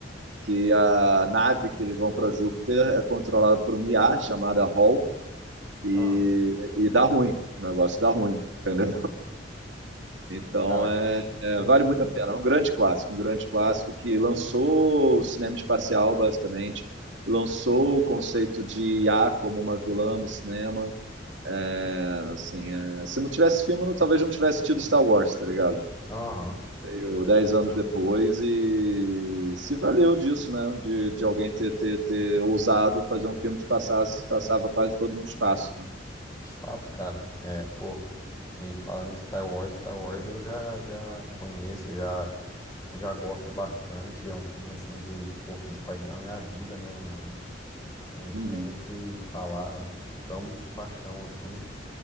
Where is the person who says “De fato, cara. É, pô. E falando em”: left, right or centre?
Left